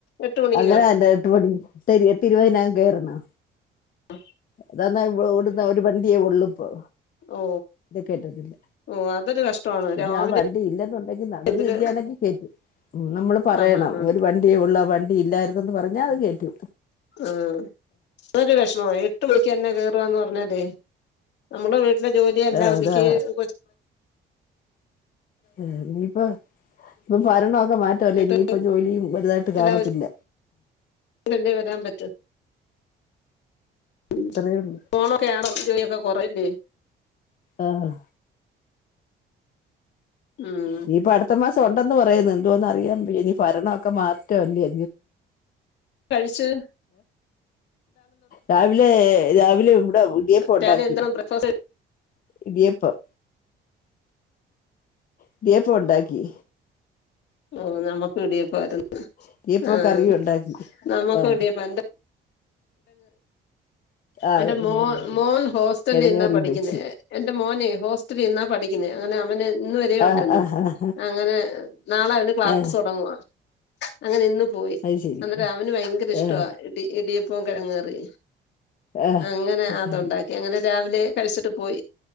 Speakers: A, on the left; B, on the left.
A: എട്ട് മണിക്ക്
B: അങ്ങനെ
A: കയറണോ?
B: അഞ്ഞേ <unintelligible> കേയറണോ
A: ആഹ് <inaudible>
B: അതന്നാ ഇ ഒട്ടുന്ന ഒരു വണ്ടിയെ ഉള്ളുപ്പോ
A: ഓ
B: ഇപ്പോ കേട്ടിട്ടില്ല
A: ഓ അതൊരു കഷ്ടമാണ്
B: പിന്നെ
A: രാവിലെ
B: ആ വണ്ടി ഇല്ലെന്നുണ്ടെങ്കി നടന്നു
A: എന്തൊരു
B: വരിക്കയാണെങ്കിൽ കേറ്റും ഉ നമ്മള് പറയണം
A: ആഹാ ഹാ
B: ഒരു വണ്ടിയേ ഉള്ള വണ്ടി ഇല്ലായിരരുന്നുന്ന് പറഞ്ഞാൽ അത് കേറ്റു
A: ആ നരു വിഷമ എട്ട് മണിക്ക് എന്നെ കേയറന്ന് പറഞ്ഞ അതെ നമ്മുടെ വീട്ടിലെ ജോലിയ എല്ലാം
B: ആഹ്
A: ഒതുക്കി
B: അതാ
A: കൊ
B: ആഹ ന്നിപ്പൊ ഇപ്പൊ ഭരണൊക്കെ മാറ്റംല്ലേ
A: വിട്ടിട്ട്
B: ഇനിയിപ്പ ജോലിയും വലുതായിട്ട് കാണത്തില്ല
A: എല്ലാം ഒതുക്കിയല്ലേ വരാൻ പറ്റും ഉ
B: അത്രയേ ഉള്ളൂ
A: ഫോണൊക്കെയ ആാണ് ജോലിയൊക്കെ കുറല്ലേ
B: ആഹ്
A: ഉം
B: ഇീയിപ്പൊ അടുത്ത മാസം ഉണ്ടെന്ന് പറ പറയ എന്തോന്ന് അറിയൻ ഇനി ഭരണ ഒക്കെ മാറ്റം അല്ലേ
A: കഴിിച്ചു
B: രാവിലെ രാവിലെ ഇവിടെ ഇടിയപ്പഠ ഉണ്ടാക്കി
A: രാവിലെ എന്താണ് ബ്രേക്ക്ഫാസ്റ്റ്
B: ഇടിയപ്പം ഇടിയപ്പ ഉണ്ടാക്കി
A: ഓ നമ്മുക്ക് ഇഡിയപ്പാരുന്നു
B: ഇടിയപ്പം
A: ആഹ
B: കറിയും ഉണ്ടാക്കി
A: നമ്മക്ക്
B: ആഹ്
A: ഇടിയപ്പ
B: ആഹ്
A: എന്റെ
B: കിഴങ്ങ്
A: മോ
B: കറി ഉണ്ടാക്കി
A: മോൻ ഹോസ്റ്റലി
B: കിഴങ്ങ്
A: നിന്നാ
B: കറിയും
A: പഠിക്കുന്ന
B: വെച്ച്
A: എന്റെ മോന് ഹോസ്റ്റൽ നിന്നാ പഠിക്ക അങ്ങനെ അവന് ഇന്ന് വരെയ
B: ആഹ്
A: ഉണ്ടിന്ന്
B: ആഹ് ആഹ്
A: അങ്ങനെ നാളെ അവന് ക്ലാസ്
B: ആഹ് ആഹ്
A: തുടങ്ങുവ അങ്ങനെ ഇന്ന് പോയി
B: അത് ശരി
A: അന്നേ രമന് ഭയങ്കര ഇഷ്ടവാ
B: ആഹ്
A: ഇടി ഇടിയപ്പം കിഴങ്ങ് കറി
B: ആഹ്
A: അങ്ങനെ അതുണ്ടാക്കി
B: ശരി
A: അങ്ങനെ രാവിലെ കഴിച്ചിട്ട് പോയി